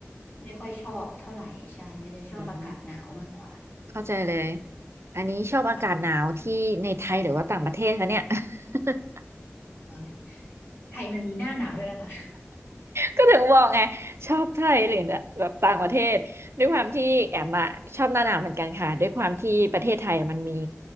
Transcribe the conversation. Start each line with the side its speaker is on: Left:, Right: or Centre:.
Left: ไม่ค่อยชอบเท่าไหร่ใช่จะชอบอากาศหนาวมากกว่า
Right: อืม เข้าใจเลย อันนี้ชอบอากาศหนาวที่ในไทยหรือว่าต่างประเทศคะเนี่ย
Left: ค่ะ
Right: <laughs>
Left: เออไทยมันมีหน้าหนาวด้วยนะคะ
Right: ก็ถึงบอกไงชอบไทยหรือแบบต่างประเทศด้วยความที่แอมอะชอบหน้าหนาวเหมือนกันค่ะด้วยความที่ประเทศไทยมันมี